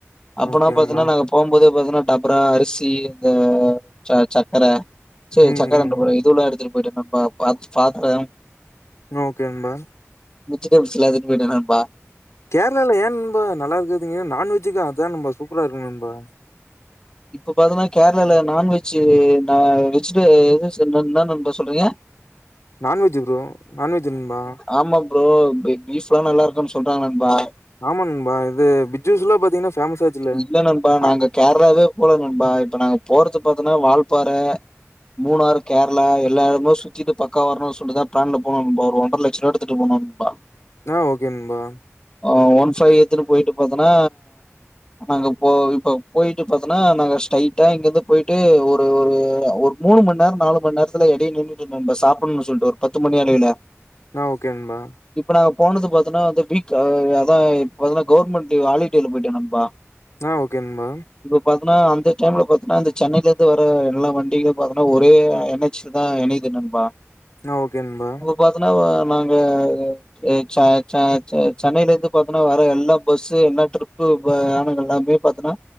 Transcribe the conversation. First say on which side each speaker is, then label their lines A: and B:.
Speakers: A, on the left (about 15°); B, on the left (about 70°).
A: அப்பனா
B: ஓகே
A: பாத்தீனா
B: நண்பா
A: நாங்க போம்போதே பாத்தீன்னா டபரா அரிசி இந்த ச சக்கர சே
B: ம்
A: சக்கரன்ரே
B: ம்
A: பாரு இது உள்ள எடுத்துட்டு போயிட்டே நண்பா பாத் பாத்தரம்
B: ஓகே நண்பா
A: வெஜிடபிள்ஸ்லா எடுத்துட்டுபோயிட்டே நண்பா
B: கேரளால ஏ நண்பா நல்லாயிருக்காதுனீங்க நான்வெஜ்க்கு அதா நண்பா சூப்பரா இருக்கு நண்பா
A: இப்ப பாத்தனா கேரளால நான்வெஜ்ஜூ நா வெஜ்டுடேஸ் என்ன நண்பா சொல்றீங்க
B: நான்வெஜ் ப்ரோ நான்வெஜ் நண்பா
A: ஆமா ப்ரோ இங்க பீஃப்லா நல்லா இருக்குனு சொல்றாங்க நண்பா
B: ஆமா நண்பா இது பிஜ்சுஸ்லா பாத்தீங்கனா ஃபேமஸ் ஆச்சுல
A: இல்ல நண்பா
B: ஆய்
A: நாங்க கேரளாவே போல நண்பா இப்ப நாங்க போறது பாத்தனா வால்பாற மூணாறு கேரளா எல்லா எடமு சுத்திட்டு பக்காவா வரனுன் சொல்லிட்டு தா பிளான்ல போனோ நண்பா ஒரு ஒன்ர லச்சரூவா எடுத்துட்டு போனோ நண்பா
B: ஆ ஓகே நண்பா
A: அ ஒன் ஃபைவ் எத்துனு போயிட்டு பாத்தனா அங்க போ இப்ப போயிட்டு பாத் தனா நாங்க ஸ்டேட்டா இங்கேர்ந்து போயிட்டு ஒரு ஒரு ஒரு மூனு மணி நேர நாலு மணி நேரத்துல எடைல நின்னு இப்ப நம்ம சாப்பினு சொல்லிட்டு ஒரு பத்து மணி அளேல
B: நா ஓகே நண்பா
A: இப்ப நாங்க போனது பாத்தேனா வந்து பீக் அ அதா இப்ப பாத்தேனா கவர்மென்ட் ஹாலிடேல போயிடே நண்பா
B: ஆ ஓகே நண்பா
A: இப்ப பாத்தனா அந்த டைம்ல பாத்தனா இந்த சென்னேல இருந்து வர்ற எல்லா வண்டியுமே பாத்தனா ஒரே என் எச் ல தா எனைது நண்பா
B: நா ஓகே நண்பா
A: பாத்தனா நாங்க சே ச ச ச சென்னைல இருந்து பாத்தனா வர்ற எல்லா பஸ்சு என்ன ட்ரிப்பு வயானங்கெல்லாமே பாத்தனா